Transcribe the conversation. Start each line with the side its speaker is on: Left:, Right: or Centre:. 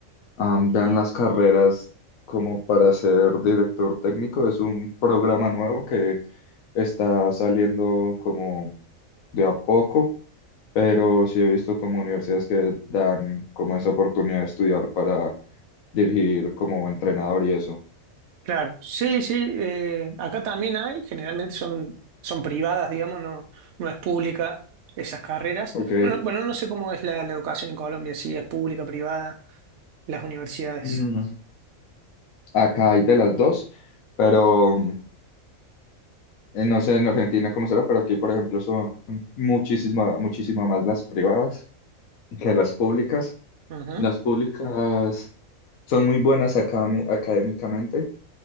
Left: am, dan las carreras como para ser director técnico. Es un programa nuevo que está saliendo como de a poco, pero sí he visto como universidades que dan como esa oportunidad de estudiar para dirigir como entrenador y eso.
Right: Claro, sí, sí, eh, acá también hay, generalmente son, son privadas, digamos, no, no es pública esas carreras.
Left: Ok.
Right: Bueno, bueno, no sé cómo es la, la educación en Colombia, si es pública, privada, las universidades.
Left: Mm. Acá hay de las dos, pero mm, eh, no sé en Argentina cómo será, pero aquí, por ejemplo, son muchísima, muchísima más las privadas que las públicas.
Right: Ujú,
Left: Las públicas son muy buenas académi- académicamente,